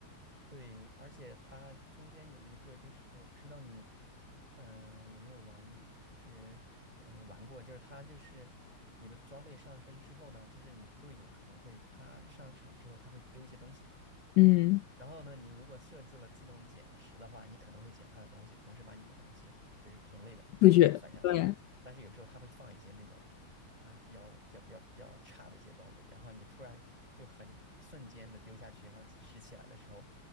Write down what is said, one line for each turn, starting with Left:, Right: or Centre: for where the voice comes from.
Right: 对，而且它中间有一个，就是我不知道你，呃，有没有玩，就是嗯、呃玩过，就是它就是你的装备上升之后呢，就是你的队友可能会他上场之后他会丢一些东西，
Left: 嗯，
Right: 然后呢，你如果设置了自动捡拾的话，你可能会捡他的东西，同时把你的东西就是同类的甩下去。
Left: 不觉对，
Right: 但是有时候他会放一些那种啊、呃比较比较比较比较差的一些装备，然后你突然就很瞬间的丢下去，然后拾起来的时候，